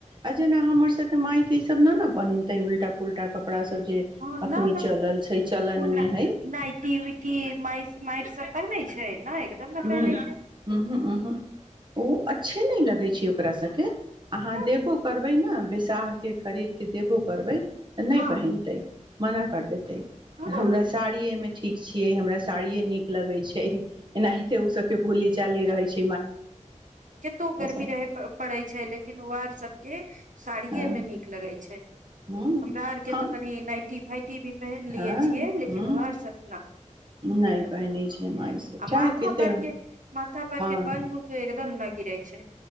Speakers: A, on the right; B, on the right.
A: आ जेना हमर सभके मायके ईसभ न ने पहिनते उल्टा पुलटा कपड़ा सब जे
B: हँ नहि
A: अखनी
B: न
A: चलल छै चलन
B: ओ नइटी
A: मे हइ
B: उइटी माइर माइर सब पहिने छै ने एकदम न
A: ह
B: पहिनै छै
A: ह्म हू ह हू ओ अच्छे नहि लगै छै ओकरा सबके अहाँ
B: तऽ
A: देबो करब करबै ने बैसा के खरीद के देबो करबै नहि
B: हँ
A: पहिनतै मना कर दे
B: हँ
A: हमरा सारिये मे ठीक छियै हमरा साड़िये नीक लगे छै एना ओ सब के भोली चाली रहै छै
B: केतो गर्मी
A: हँ
B: रहै पड़ैत छै लेकिन आर सभके साड़ियेमे
A: हँ
B: नीक लगैत छै
A: ह
B: हमरा आरके
A: हम
B: तऽ तनि नाइटी फाइव टी वी पहिन लिये
A: हँ
B: छियै लेकिन
A: ह
B: वर सब न
A: नहि
B: एकदम
A: पहिनै छै माय सभ
B: आ
A: चाहे
B: माथा
A: कते
B: पर के माथा पर
A: हँ
B: के पल्लू तऽ एकदम न गिरै छै